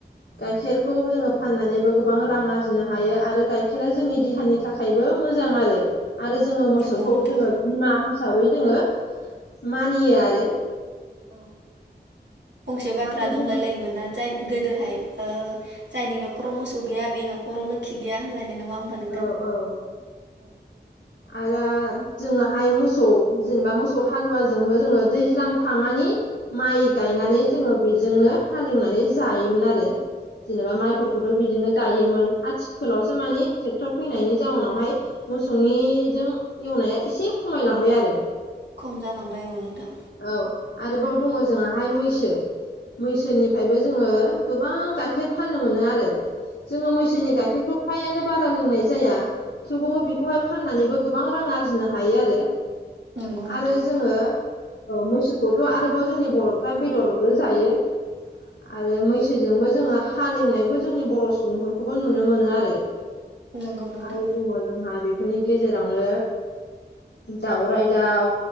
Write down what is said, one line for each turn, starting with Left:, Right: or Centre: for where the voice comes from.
Left: गाइखेरखौ जोङो फाननानैबो गोबां रां आरजिनो हायो आरो गाइखेरा जोंनि देहानि थाखायबो मोजां आरो आरो जोङो मोसौखौ
Right: नंगौ नोंथां
Left: जोङो बिमा हिसाबै जोङो मानियो आरो
Right: औ फंसे बाथ्रा
Left: आरो
Right: दंलाय
Left: जों
Right: लायोमोन ना जाय गोदोहाय ओ जायनि न'खराव मोसौ गैया बे न'खराव लोखि गैया होनलायनाय नङा होमबा नोंथां
Left: औ औ
Right: औ
Left: आरो जोङोहाय मोसौ जेनेबा मोसौ हालुवाजोंबो जोङो दैज्लांफा मानि माइ गायनानै
Right: औ
Left: जोङो बेजोंनो हालेवनानै जायोमोन आरो जेनेबा माइ फोरखौथ'
Right: औ
Left: बिदिनो
Right: नोंथां
Left: गायोमोन आथिखालावसो
Right: औ
Left: मानि ट्रेक्टर फैनायनि जाउनावहाय मोसौनिजों एवनाया एसे खमायलांबाय आरो।
Right: खम जालांबाय औ नोंथां
Left: औ आरोबाव दङ जोंहाहाय मैसो मैसोनिफ्रायबो जोङो गोबां गाइखेर फाननो मोनो आरो जोङो मैसोनि
Right: औ
Left: गाइखेरखौ फ्रायानो बारा लोंनाय जाया थेवबाबो बेखौहाय फाननानैबो गोबां रां आरजिनो हायो आरो।
Right: नंगौ नोंथां
Left: आरो जोङो औ मैसोखौथ' आरोबाव जोंनि बर'फ्रा बेदरबो जायो आरो मैस सोजोंबो जोङो हालेवनायखौ जोंनि बर' सुबुंफोरखौबो नुनो मोनो आरो।
Right: नंगौ नोंथां
Left: आरो दङ जोंहा बे फोरनि गेजेरावनो दाउराइ दाउ